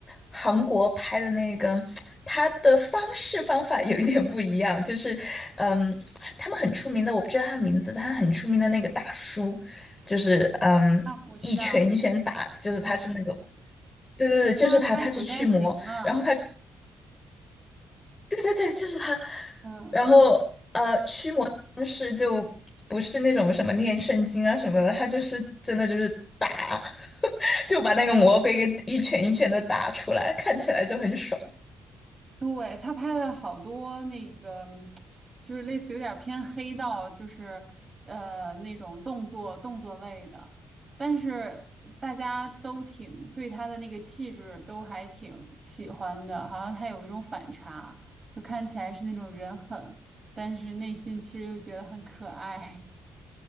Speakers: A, on the left (about 30°); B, on the right (about 35°).
A: 韩国拍的那个，他的方式方法有一点不一样，就是嗯，他们很出名的，我不知道他名字，他很出名的那个大叔。就是嗯，
B: 啊，我知道，
A: 一拳一拳打，就是他是那个，对对对，就是他，
B: 他们拍《釜山行》嘛。
A: 他去驱魔，然后对对对，就是他，
B: 嗯，
A: 然后呃，驱魔的方式就不是那种什么念圣经啊什么的，他就是真的就是打，<laughs> 就把那个魔鬼给一拳一拳的打出来，看起来就很爽。
B: 对，他拍的好多那个，就是类似有点偏黑道，就是呃那种动作动作类的，但是大家都挺对他的那个气质都还挺喜欢的，好像他有一种反差，就看起来是那种人狠，但是内心其实又觉得很可爱。